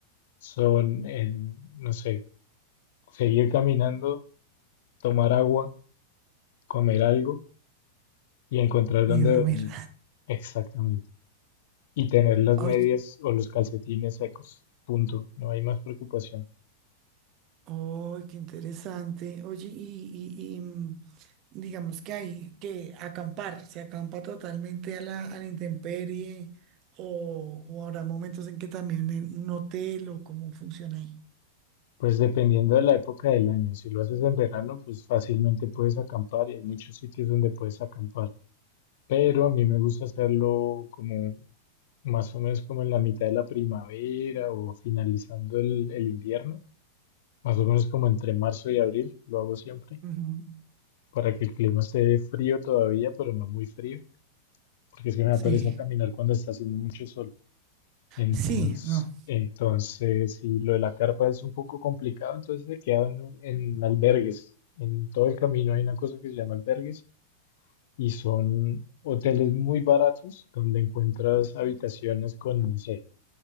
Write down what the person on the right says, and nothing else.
Mi dormir.
<laughs>
Oye,
Oh, qué interesante. Oye, y, y- y, mm, digamos que hay que acampar, se acampa totalmente a la, a la intemperie, o, o habrá momentos en que también en un hotel o cómo funciona ahí.
Ujú.
Sí,
sí, no.